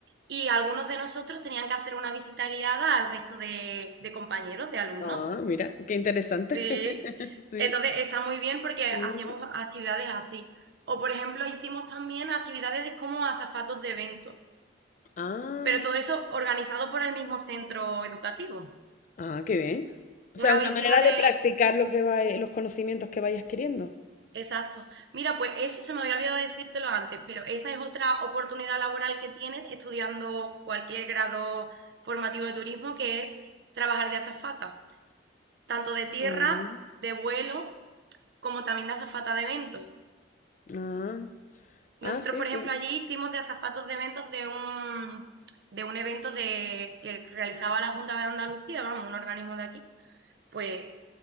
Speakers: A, on the right; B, on the left.
A: y algunos de nosotros tenían que hacer una visita guiada al resto de, de compañeros, de alumnos.
B: Ah, mira, qué interesante.
A: Sí,
B: <laughs> Sí.
A: entonces está muy bien porque
B: sí,
A: hacíamos
B: sí.
A: actividades así. O por ejemplo, hicimos también actividades de como azafatos de eventos,
B: Ah,
A: pero todo eso organizado por el mismo centro educativo.
B: ah, qué bien. O
A: Una
B: sea, una
A: vez hicimos
B: manera
A: de...
B: de practicar lo que va, los conocimientos que vayas adquiriendo.
A: Exacto. Mira, pues eso se me había olvidado decírtelo antes, pero esa es otra oportunidad laboral que tienes estudiando cualquier grado formativo de turismo, que es trabajar de azafata, tanto de tierra,
B: Ah,
A: de vuelo, como también de azafata de eventos.
B: ah,
A: Nosotros,
B: ah, sí,
A: por
B: pues,
A: ejemplo, allí hicimos de azafatos de eventos de un, de un evento de, que realizaba la Junta de Andalucía, vamos, un organismo de aquí. Pues